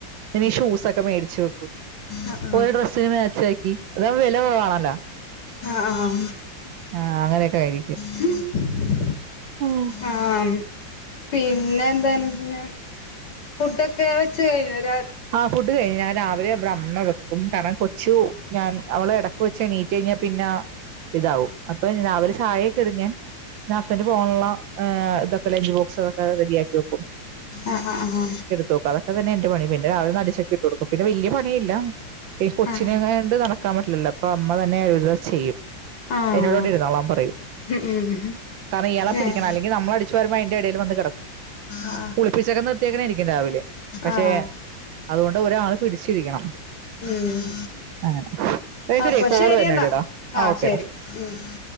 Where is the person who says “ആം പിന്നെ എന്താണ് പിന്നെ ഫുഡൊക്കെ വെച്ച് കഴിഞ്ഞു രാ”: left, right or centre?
Left